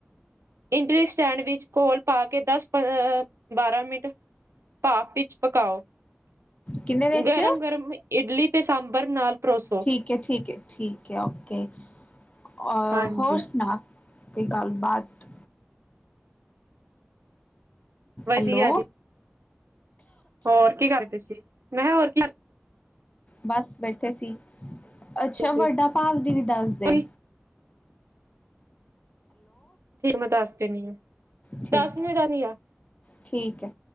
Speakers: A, on the right; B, on the left.
A: ਇਡਲੀ ਸਟੈਂਡ ਵਿੱਚ ਘੋਲ ਪਾ ਕੇ ਦੱਸ ਪ-ਅ ਬਾਰਾਂ ਮਿੰਟ ਭਾਫ ਵਿੱਚ ਪਕਾਓ,
B: ਕਿੰਨੇ ਵਿੱਚ
A: ਗਰਮ-ਗਰਮ ਇਡਲੀ ਤੇ ਸਾਂਬਰ ਨਾਲ ਪਰੋਸੋ।
B: ਠੀਕ ਹੈ, ਠੀਕ ਹੈ, ਠੀਕ ਹੈ, ਓਕੇ, ਔ
A: ਹਾਂਜੀ,
B: ਹੋਰ ਸੁਣਾ? ਕੋਈ ਗੱਲਬਾਤ?
A: ਵਧੀਆ
B: ਹੈਲੋ
A: ਜੀ। ਹੋਰ ਕੀ ਕਰਦੇ ਸੀ? ਮੈਂ ਕਿਹਾ ਹੋਰ
B: ਬੱਸ ਬੈਠੇ ਸੀ, ਅੱਛਾ,
A: ਤੁਸੀਂ?
B: ਵੱਡਾ ਭਾਵ ਦੀਦੀ ਦੱਸਦੇ?
A: ਉਹੀ ਠੀਕ ਮੈਂ ਦੱਸ ਦੇਣੀ ਹਾਂ,
B: ਠੀਕ
A: ਦੱਸ ਈ ਦੇਣੀ ਹਾਂ।
B: ਠੀਕ ਹੈ